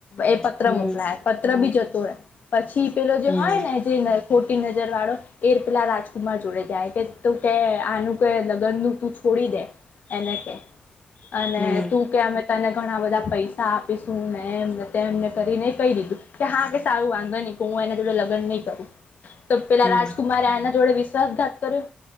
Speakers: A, on the left; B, on the left.
A: એ પત્ર
B: હમ
A: મોકલાયા. પત્ર બી જતો રે. પછી પેલો જે
B: હમ
A: હોય ને જે ખોટી નજર વાળો એ પેલા રાજકુમાર જોડે જાય કે તું કે આનું કે લગનનું તું છોડી દે એને કે અને
B: હમ
A: તું કે અમે તને ઘણા બધા પૈસા આપીશું ને એમને તેમને કરીને કહી દીધું કે હા કે સારું વાંધો નઈ કે હું એના જોડે લગન નહીં કરું. તો પેલા
B: હમ
A: રાજકુમારે આના જોડે વિશ્વાસઘાત કર્યો.